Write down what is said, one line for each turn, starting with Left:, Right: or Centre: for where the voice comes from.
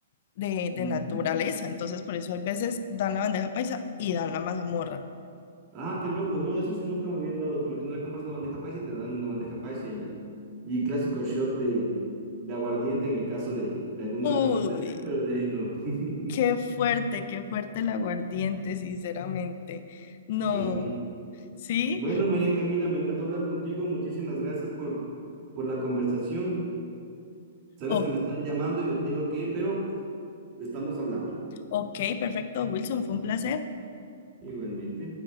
Left: de, de
Right: Mm.
Left: naturaleza. Entonces por eso hay veces dan la bandeja paisa y dan la mazamorra.
Right: Ah, qué loco. No, eso sí nunca me habían dado. Por lo general compras una bandeja paisa y te dan una bandeja paisa y ya. Y clásico shot de, de aguardiente en el caso de, de alguna
Left: Uy,
Right: cosa especial, pero de ahí no.
Left: qué fuerte,
Right: <laughs>
Left: qué fuerte el aguardiente, sinceramente. No,
Right: Qué rico.
Left: ¿sí?
Right: Bueno, María Camila, me encantó hablar contigo. Muchísimas gracias por, por la conversación. Sabes
Left: O-
Right: que me están llamando y me tengo que ir, pero estamos hablando.
Left: ok, perfecto, Wilson, fue un placer.
Right: Igualmente.